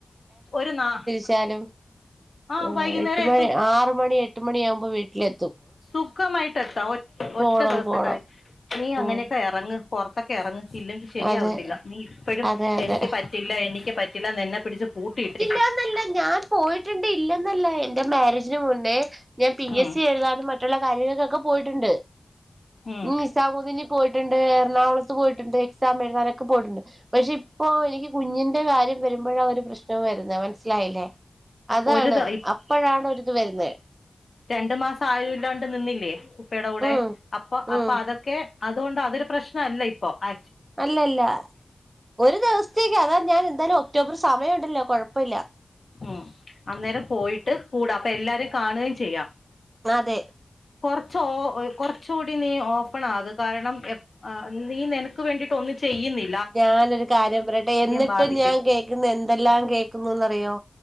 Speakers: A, on the left; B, on the right.
A: ഒരു നാ
B: <unintelligible>
A: ആഹ്
B: ഏഹ്
A: വൈകുന്നേരം
B: എട്ട് മണി
A: എത്തും
B: ആറ് മണി എട്ട് മണിയാവുമ്പോ വീട്ടിലെ
A: സുഖമായിട്ട് എത്താ ഒ ഒറ്റ
B: പോണം
A: ദൊവസത്തെ
B: പോണം
A: കാര് നീ അങ്ങനെക്കെ
B: ഉം
A: എറങ്ങ് പൊർത്തൊക്കെ എറങ്ങ്. ഇല്ലെങ്കി ശരിയാവത്തില്ല
B: അതെ
A: നീ ഇപ്പഴും
B: അതെ അതെ
A: എനിക്ക് പറ്റില്ല എനിക്ക് പറ്റില്ല നിന്നെ പിടിച്ച് പൂട്ടിയിട്ട്
B: ഇല്ലന്നല്ല ഞാൻ പോയിട്ട്ണ്ട് ഇല്ലെന്നല്ല എന്റെ മാരേജിന് മുന്നേ ഞാൻ പി
A: ഉം
B: എസ് സി എഴുതാനും മ റ്റുള്ള കാര്യങ്ങൾക്കൊക്കെ പോയിട്ടുണ്ട്.
A: ഉം
B: <unintelligible> ചാവുദിനി പോയിട്ട്ണ്ട് എറണാകുളത്ത് പോയിട്ട്ണ്ട്. തമിഴ്‌നാടൊക്കെ പോയിട്ട്ണ്ട് പക്ഷെ ഇപ്പോ എനിക്ക് കുഞ്ഞിന്റെ കാര്യം വെരുമ്പഴാ ഒരു പ്രശ് നം വെരുന്നെ മൻസ്സിലായില്ലേ അതാണ്
A: ഒരു ദ
B: അപ്പഴാണ് ഒരിത് വെരുന്നെ
A: രണ്ട് മാസം ആരുല്ലാണ്ട് നിന്നില്ലേ ഉപ്പയുടെ കൂടെ
B: ഉം
A: അപ്പൊ അപ്പൊ
B: ഉം
A: അതൊക്കെ അതോണ്ടാ അതൊരു പ്രശ്നല്ല ഇപ്പൊ അ
B: അല്ലല്ല ഒരു ദിവസത്തേക്ക് അതാ ഞാൻ എന്തായാലും ഒക്ടോബർ സമയുണ്ടല്ലോ കൊഴപ്പല്ല.
A: ഉം അന്നേരം പോയിട്ട് കൂടാം അപ്പൊ എല്ലാരേം കാണുകയും ചെയ്യാം.
B: അതെ
A: കൊർച്ച് ഓ കൊർച്ചുടി നീ ഓപ്പണാക് കാരണം എ ആഹ് നീ നനെക്ക് വേണ്ടിട്ട് ഒന്നും ചെയ്യുന്നി
B: ഞാനൊരു കാര്യം പറയട്ടെ എന്നിട്ടും
A: ബാധിക്കും
B: ഞാൻ കേക്ക്ന്നു എന്തെല്ലാം കേക്ക്ന്നുന്നറിയോ